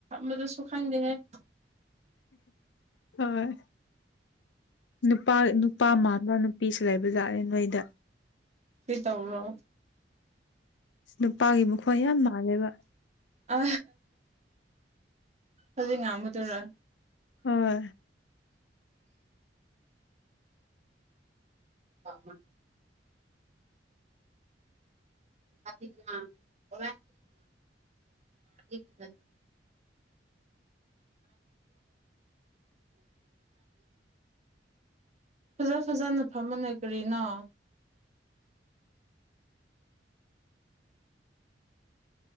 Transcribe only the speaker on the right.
ꯃꯗꯨ ꯁꯈꯥꯡꯗꯦ ꯍꯥꯏ
ꯄꯤ ꯇꯧꯔꯣ
ꯑ ꯑꯗꯨ ꯉ ꯑꯝꯕꯗꯨꯔ
ꯑ ꯑꯣꯔ ꯀꯦ ꯐꯖ ꯐꯖꯅ ꯐꯃꯟꯅ ꯀꯔꯤꯅꯣ